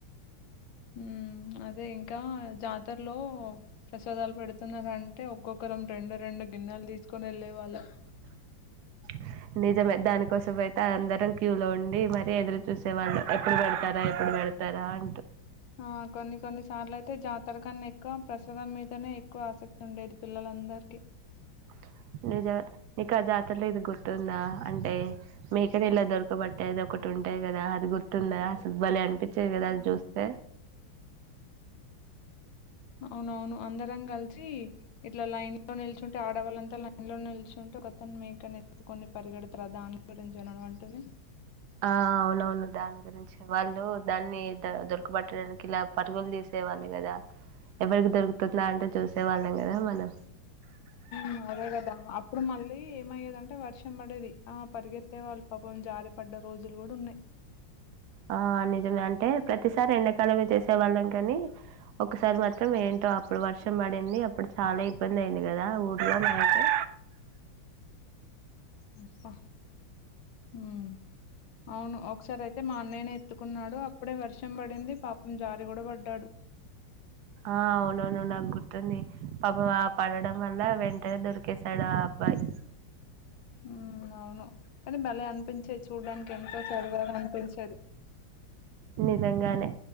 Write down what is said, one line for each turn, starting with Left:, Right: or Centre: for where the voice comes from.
Left: ఉమ్ అదే ఇంకా జాతరలో ప్రసాదాలు పెడుతున్నారంటే ఒక్కొక్క రెండు రెండు గిన్నెలు తీసుకుొని వెళ్ళే వాళ్ళు
Right: ఆ నిజమే దానికోసం పోయితే అ అందరం క్యూ లో ఉండి మరి ఎదురు చూసేవాళ్ళు ఎప్పుడు పెడతారా ఎప్పుడు పెడ అతరాంట
Left: ఆ కొన్ని కొన్నిసార్లు అయితే జాతర కన్నా ఎక్కువ ప్రసాదం మీదనే ఎక్కువ ఆసక్తి ఉండేది పిల్లల అందరికి
Right: అ నిజ నీకు ఆ జాతరలో ఇది గుర్తుందా అంటే మీక ఇలా దొరుక్ కుబట్టేది ఒకటి ఉంటాయి కదా అది గుర్తుందా అసలు బలే అనిపించేది కదా అది చూస్తే
Left: అవునవును అందరం కలిసి ఇట్లా లైన్ లో నిల్చుంటే ఆడవాళ్ళంతా లైన్ లో నిల్చ్ చుంటే ఒకతను మీకని ఎత్తుకొని పరిగెడుతరు దాని గురించిన నువ్ అంటుంది.
Right: ఆ అవునవును దాని గురించే వాళ్ళు దాన్ని ద దొరకబట్టడానికి ఇలా పరుగులు తీస్ వాళ్ళే కదా ఎవరికి దొరుకుతుందా అంటే చూసే వాళ్ళం కదా మనం.
Left: ఉ అదే కదా అప్పుడు మళ్ళీ ఏమయ్యేదంటే వర్షం పడేది ఆ పరిగెత్తే వాళ్ళు పాపం జారి పడ్డ రోజులు కూడా ఉన్నాయ్
Right: ఆ నిజమే అంటే ప్రతిసారి ఎండాకాలమే చేసే వాళ్ళం కాని ఒకసారి మాత్రం ఏంటో అప్పుడు వర్షం పడింది, అప్పుడు చాలా ఇబ్బంది అయింది కదా ఊర్లో మనక్ <inaudible>
Left: ఉ ప ఉ అవును ఒకసారి అయిత్ అయితే మా అన్నయ్యని ఎత్తుకున్నాడు అప్పుడే వర్షం పడింది పాపం జారి గూడా పడ్డాడు.
Right: ఆ అవునవును నాకు గుర్త్ తుంది పాపం ఆలా పడడం వల్ల వెంటనే దొరికేసాడు ఆ అబ్బాయి.
Left: ఉ అవును కానీ భలే అనిపించేది చూడ్డానికి ఎంతో సరదాగా అనిపించేది.
Right: నిజంగానే